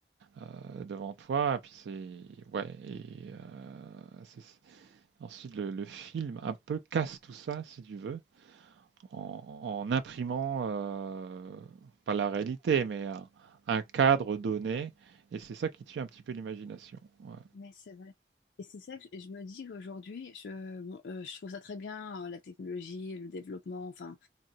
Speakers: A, on the right (about 80°); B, on the left (about 75°).
A: heu, devant toi et puis c'est ouais et heu, c'est ensuite le le film un peu casse tout ça si tu veux en en imprimant, heu, pas la réalité mais un un cadre donné et c'est ça qui tue un petit peu l'imagination, ouais.
B: ouais, c'est vrai. Et c'est ça que je je me dis qu'aujourd'hui, je, bon, euh, je trouve ça très bien, euh, la technologie, le développement. Enfin,